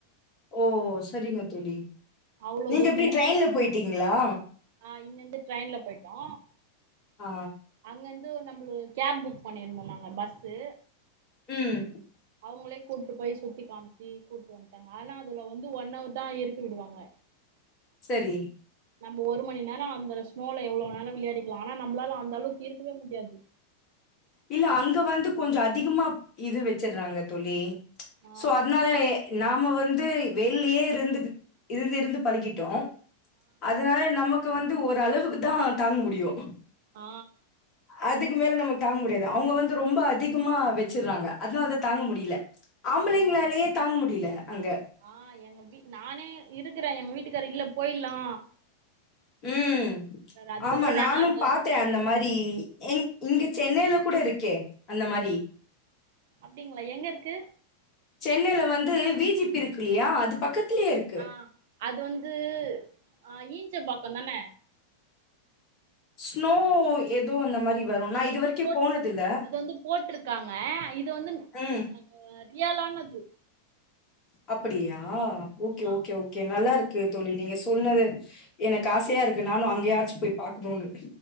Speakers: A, on the left; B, on the right.
A: ஓ சரிங்க தோழி
B: அவ்ளோ
A: நீங்க
B: தூரத்துல
A: எப்டி ட்ரெயின்ல போய்ட்டீங்ளா
B: ஆ இங்கிருந்து ட்ரெயின்ல போய்ட்டோ
A: ஆ
B: அங்கெந்து நம்புளு கேப் புக் பண்ணிருந்தோ நாங்க பஸ்ஸு
A: ம்
B: அவுங்களே கூப்ட்டு போய் சுத்தி காமிச்சு கூப்ட்டு வந்துட்டாங்க ஆனா அதுல வந்து ஒன் ஹவர் தா இருக்க விடுவாங்க
A: செரி
B: நம்ப ஒரு மணி நேரோ அந்த ஸ்னோல எவ்ளோனலு விளையாடிக்கலா ஆனா நம்பளால அந்த அளவுக்கு இருக்கவே முடியாது
A: இல்ல அங்க வந்து கொஞ்ச அதிகமா இது வச்சர்றாங்க தோழி
B: ஆ
A: சோ அதனால நாம வந்து வெயிளியே இருந்து இருந்து இருந்து பழிக்கிட்டோ அதனால நமக் கு வந்து ஓரளவுக்கு தா தாங்க முடியு
B: ஆ
A: அதுக்கு மேல நமக்கு தாங்க முடியாது அவுங்க வந்து ரொம்ப அதிகமா வச்சடுறாங்க அதனால அத தாங்க முடியில ஆம்பளைங்களாலேயே
B: ஆ ஆ
A: தாங்க முடியில அங்க
B: ஆ எங்க வீ நானே இருக்கறே எங்க வீட்டுக்காரு இல்ல போய்லா
A: ம்
B: அதுக்கப்றோ
A: ஆமா நானு
B: அந்த
A: பாத்தே அந்த மாரி எங் இங்க சென்னைல கூட இருக்கே அந்த மாரி
B: அப்டிங்ளா எங்க இருக்கு
A: சென்னைல வந்து வி ஜி பி இருக்கு இல்லையா அது பக்கத்லே இருக்கு
B: ஆ அது வந்து ஆ ஈஞ்ச பாக்கந்தான
A: ஸ்னோ எதோ அந்த மாரி வரும். நான்
B: அது
A: இதுவரைக்கும்
B: வந்து போட்ரு
A: போனதில்ல.
B: அது வந்து போட்ருக்காங்க இது வந்து
A: ம்.
B: நீ அவுங்க ரியாலானது
A: அப்டியா ஓகே
B: ஆ
A: ஓகே ஓ கே நல்லா இருக்கு தோழி நீங்க சொன்னது எனக்கு ஆசையா இருக்கு நானு அங்கயாச்சு போய் பாக்கணுனு